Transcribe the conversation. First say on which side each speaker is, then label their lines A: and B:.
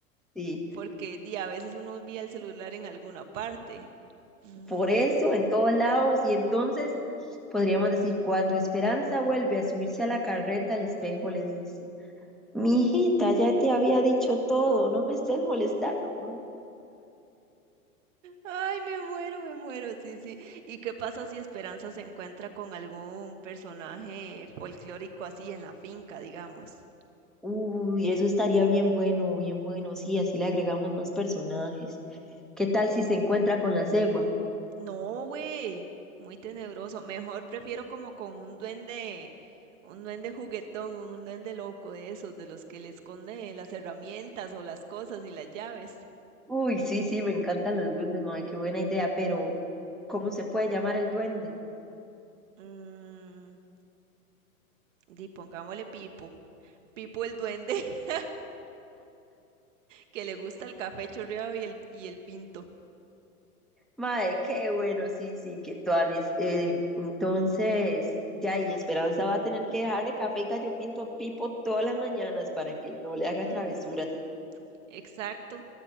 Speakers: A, in the centre; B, on the right.
A: Sí,
B: Porque di, a veces uno olvida el celular en alguna parte. Mm,
A: por eso, en todos lados. Y entonces podríamos decir, cuando Esperanza vuelve a subirse a la carreta, el espejo le dice, Mi hijita, ya te había dicho todo, no me estés molestando con
B: Ay, me muero, me muero, sí, sí. ¿Y qué pasa si Esperanza se encuentra con algún personaje folclórico así en la finca, digamos?
A: Uy, eso estaría bien bueno, bien bueno, sí, así le agregamos más personajes. ¿Qué tal si se encuentra con la cegua?
B: No, güey, muy tenebroso. Mejor prefiero como con un duende, un duende juguetón, un duende loco de esos, de los que le esconde las herramientas o las cosas y las llaves.
A: Uy, sí, sí, me encantan los duendes, mae, qué buena idea, pero ¿cómo se puede llamar el duende?
B: Mmm, di, pongámosle Pipo. Pipo el duende <laughs> que le gusta el café chorreado y el, y el pinto.
A: Mae, qué bueno, sí, sí, qué tuanis. Eh, entonces, de ahí, Esperanza va a tener que dejarle café y gallo pinto a Pipo todas las mañanas para que él no le haga
B: Ujú,
A: travesuras.
B: exacto.